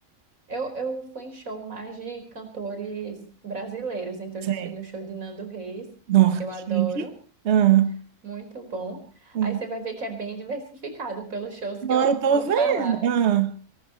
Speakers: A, on the right; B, on the right.
A: Eu, eu fui em show mais de cantores brasileiros, então
B: Sei.
A: eu já fui no show de Nando Reis,
B: Norte.
A: que eu adoro,
B: Ah,
A: muito bom.
B: hum.
A: Aí você vai ver que é bem diversificado pelos shows
B: Não,
A: que eu
B: eu
A: <laughs>
B: tô
A: vou
B: vendo.
A: falar.
B: Ah.